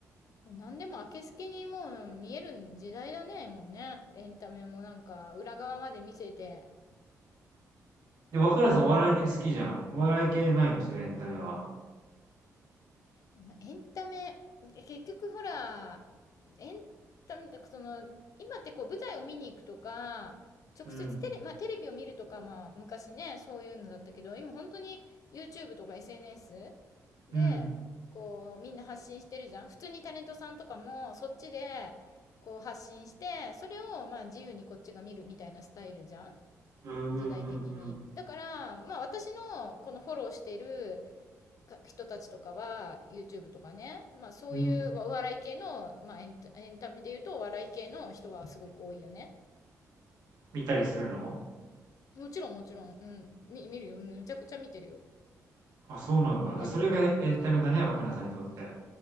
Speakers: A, on the left; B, on the right.
A: う何でも明けすけにもう見える時代だね、もうね。エンタメもなんか裏側まで見せて。
B: で、若菜さんお笑いの好きじゃん。お笑い系でないの？そういうエンタメは。
A: 今、エンタメ、結局ほら、エンタメ、だかその、今ってこう舞台を見に行くとか、直接テレ、
B: うん。
A: まあ、テレビを見るとか、まあ、昔ね、そういうのだったけど、今本当に YouTube とか SNS で、
B: うん。
A: こう、みんな発信してるじゃん。普通にタレントさんとかも、そっちで、こう発信して、それをまあ自由にこっちが見るみたいなスタイルじゃん。
B: うんうんう
A: 時代的に。
B: ん
A: だから、まあ私のこのフォローしているか人たちとかは、YouTube とかね、まあそういうお笑い系の、
B: うん。うん。
A: まあエンタ、エンタメで言うとお笑い系の人はすごく多いよね。
B: 見たりするの？
A: もちろんもちろん、うん、み、見るよ。めちゃくちゃ見てるよ。
B: あ、そうなんだ。
A: やっぱり。
B: じゃ、それがエンタメだね、
A: そうそうそう。
B: 若菜さんにとって。